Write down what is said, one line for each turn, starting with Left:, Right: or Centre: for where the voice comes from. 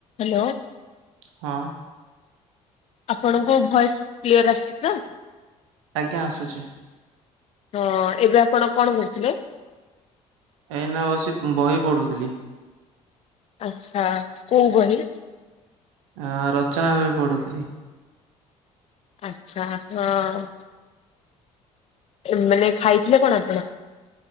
Left: ହ୍ୟାଲୋ।
Right: ହଁ
Left: ଆପଣଙ୍କ ଭଏସ୍ କ୍ଲିୟର ଆସୁଛି ତ।
Right: ଆଜ୍ଞା ଆସୁଛି।
Left: ହଁ, ଏବେ ଆପଣ କଣ କରୁଥିଲେ?
Right: ଏଇନା ବସି ବହି ପଢୁଥିଲି।
Left: ଆଚ୍ଛା କୋଉ ବହି।
Right: ଆ ରଚନା ବି ପଡୁଥିଲି।
Left: ଆଚ୍ଛା ହଁ। ଏମାନେ ଖାଇଥିଲେ କଣ ଆପଣ?